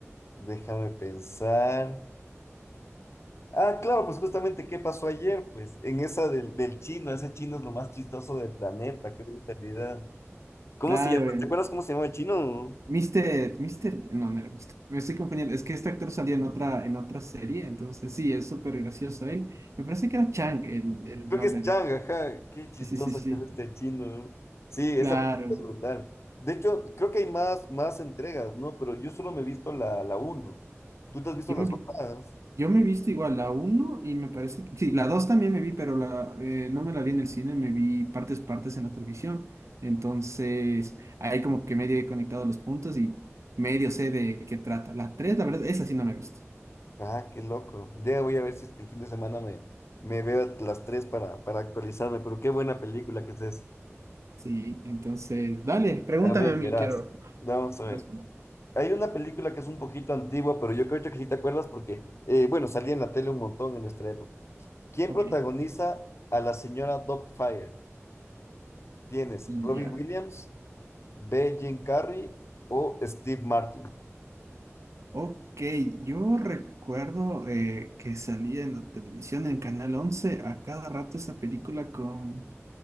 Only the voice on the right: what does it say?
Claro,
Mister, Mister, no, no era Mister, me estoy confundiendo, es que este actor salía en otra, en otra serie, entonces sí, es súper gracioso él, me parece que era Chang el, el
nombre
de él,
sí,
sí, sí, sí,
claro,
yo
me vi,
yo me he visto igual la uno y me parece que, sí, la 2 también me vi, pero la, eh, no me la vi en el cine, me vi partes, partes en la televisión, entonces ahí como que medio he conectado los puntos y medio sé de qué trata, la 3, la verdad, esa sí no me he visto,
sí, entonces, dale, pregúntame
a mí,
quiero
responder.
Ok,
y
ya.
Ok, yo recuerdo eh, que salía en la televisión, en Canal 11 a cada rato esa película con,